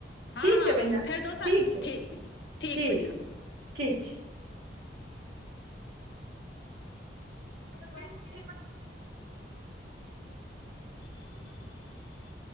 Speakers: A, on the left (about 80°); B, on the right (about 70°).
A: हँ
B: ठीक
A: हँ
B: छै बहिना
A: फेर दोसर
B: ठीक छै
A: बहिना
B: ठीक
A: बहिना
B: ठीक छै <inaudible>
A: <inaudible>